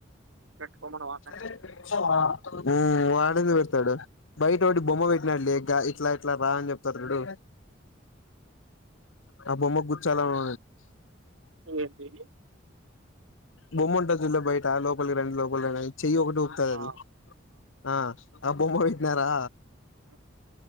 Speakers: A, on the right; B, on the left.
A: పెట్టుకోమనవా
B: చదివేకి నువ వస్తావా ఊ వాడ ఎందుకు పెడతాడు బయట ఒకటి బొమ్మ పెట్టినాడు లే గా ఇట్లా ఇట్లా రా అని చెప్తారు చూడు ఆ బొమ్మాగ్ గుచలాన్
A: ఏంటిది
B: బొమ్ముంటది చూడలే బయటా లోకల్కి రానీ లోకల్కి రండని చెయ్యి ఒకటి ఊపుతాది అది
A: ఆ
B: ఆ ఆ బొమ్మా పెటినారా
A: ఉ